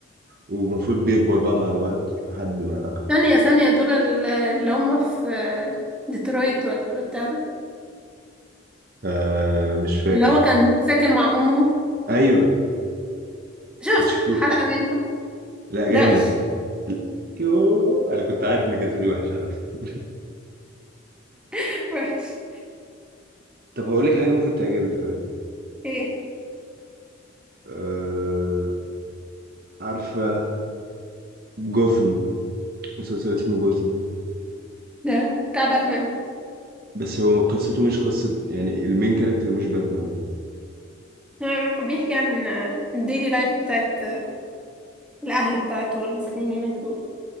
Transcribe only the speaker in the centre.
ثانيه ثانيه دول ال- اللي هم في آه، ديترويت ولا بتاع ده
اللي هو كان ساكن مع امه
شفت
حلقه منه
ده وحش
<laughs> وحش
ايه
ده بتاع باتمان
يعني فبيحكي عن الديلي لايف بتاعت الأهل بتاعته اللي ساكنين هناك دول